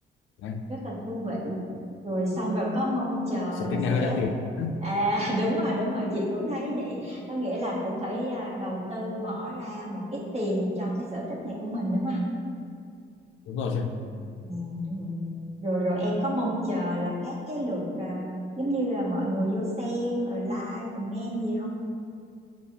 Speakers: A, on the left; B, on the right.
A: Đấy,
B: rất là thú vị rồi xong rồi có mong chờ
A: sở
B: là
A: thích
B: sẽ
A: này hơi đắt tiền <laughs>
B: à <laughs> đúng rồi đúng rồi chị cũng thấy vậy có nghĩa là cũng phải à, đầu tư bỏ ra một ít tiền cho cái sở thích này của mình đúng không
A: đúng rồi chị ạ.
B: à, rồi. rồi rồi em có mong chờ là các cái lượt à, giống như là mọi người vô xem rồi like comment gì không